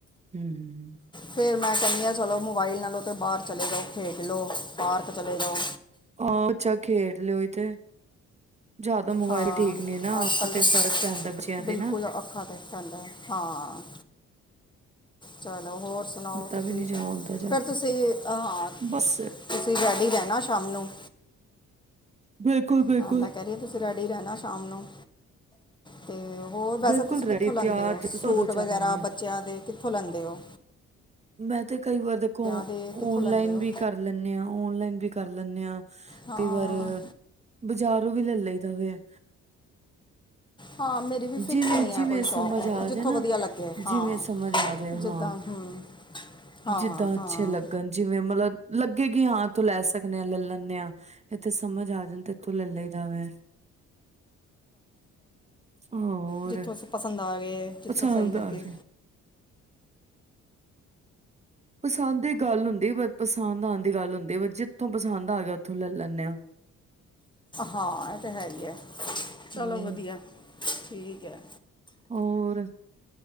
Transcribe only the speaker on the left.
ਫੇਰ ਮੈਂ ਕੈਣੀ ਆਂ ਚਲੋ ਮੋਬਾਈਲ ਨਾਲੋਂ ਤੇ ਬਾਅਰ ਚਲੇ ਜਾਓ ਖੇਡਲੋ, ਪਾਰਕ ਚਲੇ ਜਾਓ।
ਹਾਂ,
ਅੱਜਕੱਲ
ਤੇ,
ਬਿਲਕੁਲ
ਅੱਖਾਂ ਤੇ ਪੈਂਦਾ, ਹਾਂ। ਚਲ ਚਲੋ ਹੋਰ ਸੁਣਾਓ
ਤੁਸੀਂ,
ਫਿਰ ਤੁਸੀਂ ਹਾਂ,
ਤੁਸੀਂ ਰੈਡੀ ਰੈਣਾ ਸ਼ਾਮ ਨੂੰ
ਹਾਂ ਮੈਂ ਕਹਿ ਰਹੀ ਹਾਂ ਤੁਸੀਂ ਰੈਡੀ ਰੈਣਾ ਸ਼ਾਮ ਨੂੰ, ਤੇ ਹੋਰ ਵੈਸੇ
ਤੁਸੀਂ
ਕਿੱਥੋਂ ਲੈਂਦੇ
ਓ,
ਸੂਟ
ਵਗੈਰਾ ਬੱਚਿਆਂ ਦੇ ਕਿੱਥੋਂ ਲੈਂਦੇ ਓ?
ਦੇ ਕਿੱਥੋਂ
ਲੈਂਦੇ ਹੋ
ਹਾਂ
ਹਾਂ ਮੇਰੀ ਵੀ ਫਿਕਸ
ਨਹੀਂ ਹੈ ਕੋਈ
ਸ਼ੌਪ
ਜਿੱਥੋਂ
ਵਧੀਆ ਲੱਗੇ ਹਾਂ
ਜਿੱਦਾਂ
ਹੂੰ ਹਾਂ
ਹਾਂ
ਜਿਥੋਂ ਸ ਪਸੰਦ ਆ ਗਏ, ਜਿਥੋਂ
ਸਈ ਲੱਗੇ।
ਹਾਂ, ਐ ਤੇ ਹੈ ਈ ਆ, ਚਲੋ
ਵਧੀਆ। ਠੀਕ ਐ।